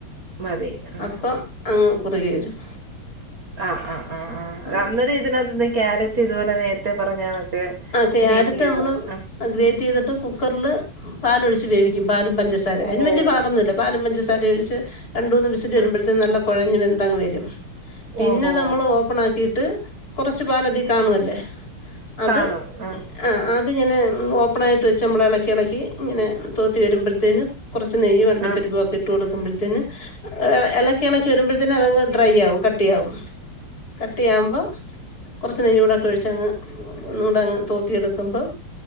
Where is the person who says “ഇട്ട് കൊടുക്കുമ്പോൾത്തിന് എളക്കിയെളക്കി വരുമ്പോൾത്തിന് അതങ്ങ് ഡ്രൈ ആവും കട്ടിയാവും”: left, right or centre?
Left